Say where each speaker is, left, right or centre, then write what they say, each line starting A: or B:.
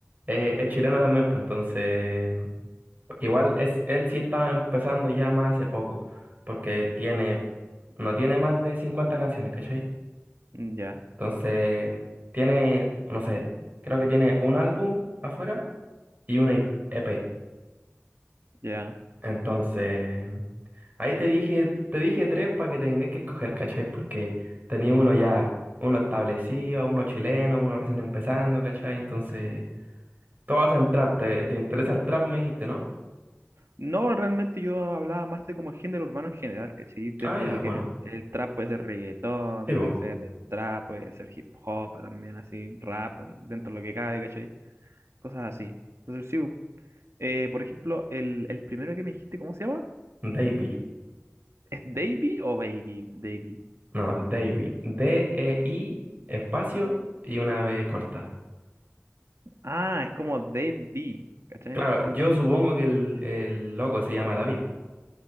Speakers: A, on the right; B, on the right.
A: Eh, es chileno también, pues entonces. Igual es, él sí estaba empezando ya más hace poco, porque tiene, no tiene más de 50 canciones, ¿cachai?
B: Mm, Ya,
A: Entonces, tiene, no sé, creo que tiene un álbum afuera y una EP.
B: ya.
A: Entonces, ahí te dije, te dije tres para que tengas que escoger, ¿cachai? Porque tenía uno ya, uno establecido, uno chileno, uno recién empezando, ¿cachai? Entonces. Todas en trap. ¿Te, te interesa el trap, me dijiste, ¿no?
B: No, realmente yo hablaba más de como el género urbano en general, ¿cachai? Dentro
A: Ah, ya,
B: de lo
A: bueno.
B: que es el, el trap puede ser reggaetón,
A: Sí,
B: puede
A: bo.
B: ser el trap, puede ser hip hop también así, rap, dentro de lo que cabe, ¿cachai? Cosas así. Entonces sí, eh, por ejemplo, el, el primero que me dijiste, ¿cómo se llama?
A: Davey.
B: ¿Es Davey o Baby? Davey.
A: No, Davey. D-E-I, espacio y una B corta.
B: Ah, es como Davey, ¿cachai?
A: Claro, yo supongo que el, el loco se llama David.